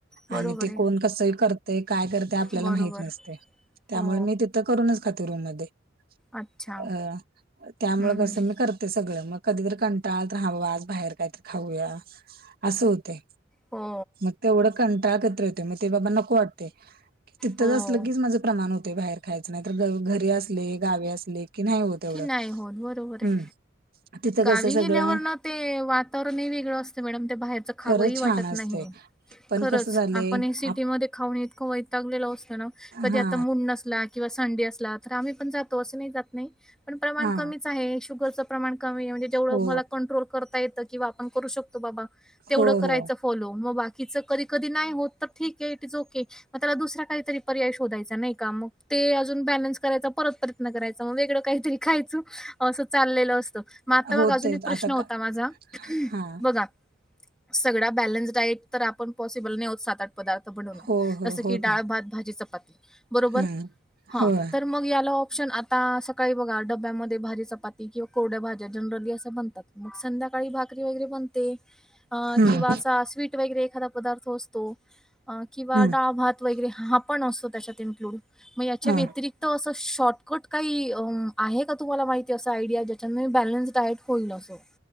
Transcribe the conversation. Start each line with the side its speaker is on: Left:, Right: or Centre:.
Centre: बरोबर
Right: आणि ते
Centre: आहे.
Right: कोण कसं करतय काय करतय आपल्याला
Centre: बरोबर
Right: माहित नसतंय त्यामुळे
Centre: हो
Right: मी ती तिथ करूनच खाते रूम मध्ये
Centre: अच्छा
Right: अ- त्यामुळे
Centre: हम्म हम्म
Right: कस मी कर ते सगळं म कधीतर कंटाळा आला तर हा बाबा आज बाहेर कायंतरी खाऊया असं होतयं.
Centre: हो
Right: म तेवढं कंटाळा कधीतरी होतयं म ते बाबा नको वाट ते तिथंच
Centre: हो
Right: असलं की माझ प्रमाण होतयं बाहेर खायचं नायंतर घरी असले गावी असले की नाही होत. एवढं
Centre: की नाही होत बरोबर
Right: हम्म
Centre: ये
Right: तिथं
Centre: गावी
Right: कसं
Centre: गेल्यावर
Right: सगळं
Centre: ना ते वातावरणही वेगळं असते मॅडम ते बाहेरचं खावंही
Right: खरंच
Centre: वाटत
Right: छान
Centre: नाही.
Right: असतंय पण
Centre: खरंच
Right: कसं झालंय
Centre: आपण हे सिटीमध्ये
Right: आप
Centre: खाऊन इतक वै तागलेलो असतो ना कधी
Right: हा
Centre: आता मुड नसला किंवा संडे असला तर आम्ही पण जातो असं नाही जात नाही पण प्रमाण
Right: हा
Centre: कमीच आहे शुगरचं प्रमाण कमी ये म्हणजे जेवढं
Right: हो
Centre: मला कंट्रोल कर ता येत किंवा आपण करू शकतो बाबा तेवंढ
Right: हो
Centre: करायचं.
Right: हो
Centre: फॉलो मग बाकीचं कधी कधी नाही होत त ठीक ये इट इज ओके म त्याला दुसरा काहीतरी पर्याय शोधायचा नाही का मग ते अजून बॅलन्स करायचा परत प्रयत्न करायचा म वेगळं काहीतरी खायच असं चाललेलं अस म आता
Right: होतय
Centre: बघ अजून एक प्रश्न
Right: आता
Centre: होता
Right: का
Centre: माझा
Right: हा
Centre: बघा सगळ्या बॅलन्स डाएट तर आपण पॉसिबल नाही होत सात आठ पदार्थ बनवण
Right: हो हो
Centre: जस
Right: होत
Centre: की डाळ
Right: नाही
Centre: भात भाजी चपाती बरोबर
Right: हम्म
Centre: हं
Right: होय
Centre: तर मग याला ऑप्शन आता सकाळी बघा डब्यामध्ये भारी चपाती किंवा कोरड्या भाज्या जनरली असं बनतात मग संध्याकाळी भाकरी वगैरे बनते. अ
Right: हम्म
Centre: किंवा असा स्वीट वगैरे एखादा पदार्थ असतो अ किंवा
Right: हम्म
Centre: डाळभात वगैरे हा पण असतो त्याच्यात इन्क्लूड म याच्या
Right: हा
Centre: व्यतिरिक्त असं शॉर्टकट काही अ आहे का तुम्हाला माहिती असं आयडिया ज्याच्यान बॅलन्स डायट होईल असं